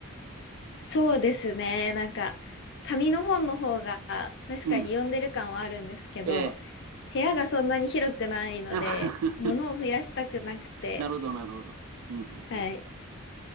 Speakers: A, on the left; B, on the right.
A: そうですね。なんか、紙の本の方が確かに読んでる感はあるんですけど、
B: うん。ええ。
A: 部屋がそんなに広くないので、
B: <laughs>
A: 物を増やしたくなくて、
B: なるほど、なるほど。うんうんうん。
A: はい。